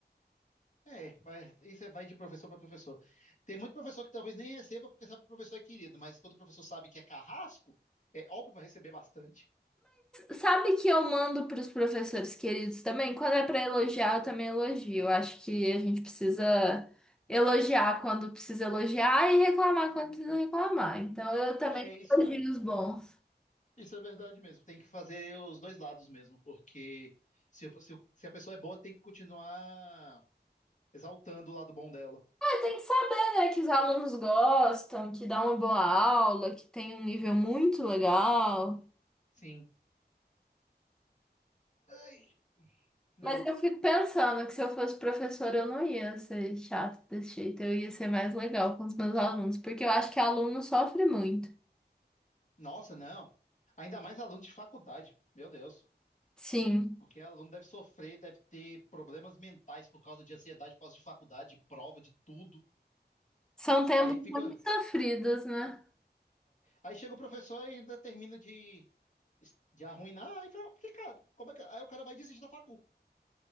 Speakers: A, on the left; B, in the centre.
A: É, vai- isso é- vai de professor para professor. Tem muito professor que talvez nem receba porque sabe que o professor é querido, mas quando o professor sabe que é carrasco, é óbvio que vai receber bastante.
B: Sabe que eu mando para os professores queridos também? Quando é para elogiar, eu também elogio. Eu acho que a gente precisa elogiar quando precisa elogiar e reclamar quando precisa reclamar. Então eu também
A: É, isso,
B: elogio os bons.
A: isso é verdade mesmo. Tem que fazer os dois lados mesmo, porque se, eu- se, eu- se a pessoa é boa, tem que continuar exaltando o lado bom dela.
B: Mas tem que saber, né, que os alunos gostam, que dá uma boa aula, que tem um nível muito legal.
A: Sim. Ai, meu,
B: Mas eu fico pensando que se eu fosse professora, eu não ia ser chata desse jeito, eu ia ser mais legal com os meus alunos, porque eu acho que aluno sofre muito.
A: nossa, não. Ainda mais aluno de faculdade, meu Deus.
B: Sim.
A: Porque aluno deve sofrer, deve ter problemas mentais por causa de ansiedade, por causa de faculdade, de prova, de tudo.
B: São tempos
A: Aí fica.
B: muito sofridos, né?
A: Aí chega o professor e ainda termina de, de arruinar, aí fica complicado. Como é que... Aí o cara vai desistir da facu.